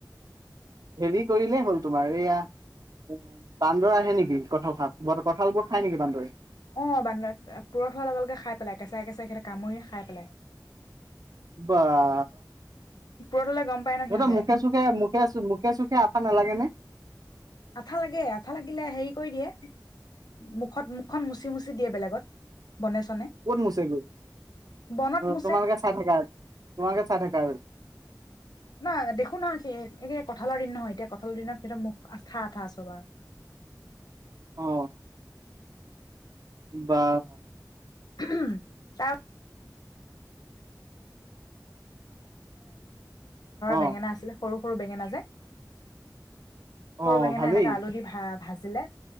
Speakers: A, on the right; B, on the left.
A: হেৰি কৰিলেই হ'ল তোমাৰ এইয়া বান্দৰ আহে নেকি কঠাল কঁঠাল বোৰ খাই নেকি বান্দৰে
B: অ বান্দৰে পূৰঠ হোৱাৰ লগে, লগে খাই পেলাই কেঁচাই, কেঁচাই সিহঁতে কামুৰি খাই পেলাই।
A: বাঁ
B: পুৰঠ হ'লে গম পায় ন
A: সিহঁতৰ
B: সিহঁতে
A: মুখে চুখে মুখে চুখে আঠা নালাগে নে?
B: আঠা লাগে, আঠা লাগিলে হেৰি কৰি দিয়ে মুখত মুখখন মুচি, মুচি দিয়ে বেলেগত বনে চনে
A: কত মুছেনো
B: বনত মোচে
A: তোমালোকে চাই থাকা তোমালোকে ছাই থাকা আৰু
B: নাই দেখো নহয় সেই একে কঁঠালৰ দিন নহয় এতিয়া কঁঠালৰ দিনৰ সিহঁতৰ মুখ আঠা আঠা সবৰ
A: অ বাহ
B: <unintelligible> ঘৰৰ
A: অ
B: বেঙেনা আছিলে। সৰু সৰু বেঙেনা যে সৰু
A: অ
B: বেঙেনা
A: ভালেই
B: এনেকা আলু দি ভা ভাজি ভাজিলে